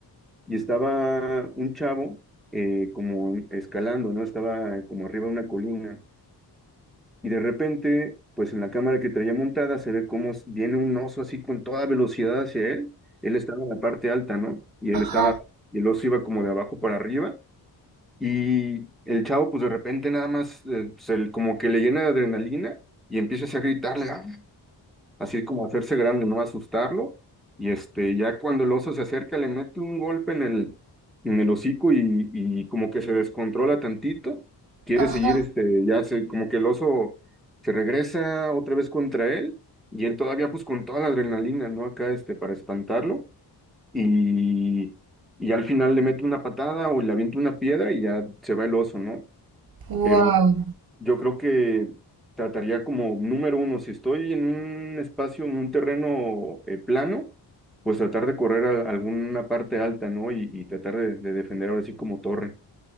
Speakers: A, in the centre; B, on the right (about 55°).
A: y estaba un chavo eh, como escalando, ¿no? Estaba como arriba de una colina y de repente, pues en la cámara que traía montada se ve cómo s- viene un oso así con toda velocidad hacia él. Él estaba en la parte alta, ¿no? Y
B: Ajá,
A: él estaba, y el oso iba como de abajo para arriba Y el chavo, pues de repente nada más, eh, se- como que le llena de adrenalina y empieza así a gritarle, "Ah", así como a hacerse grande, no asustarlo. Y este, ya cuando el oso se acerca, le mete un golpe en el, en el hocico y, y como que se descontrola tantito. Quiere
B: ajá.
A: seguir, este, ya se, como que el oso se regresa otra vez contra él y él todavía, pues con toda la adrenalina, ¿no? Acá, este, para espantarlo y, y al final le meto una patada o le aviento una piedra y ya se va el oso, ¿no?
B: Wow.
A: Pero yo creo que trataría como número uno, si estoy en un espacio, en un terreno eh, plano, pues tratar de correr a alguna parte alta, ¿no? Y, y tratar de, de defender ahora sí como torre.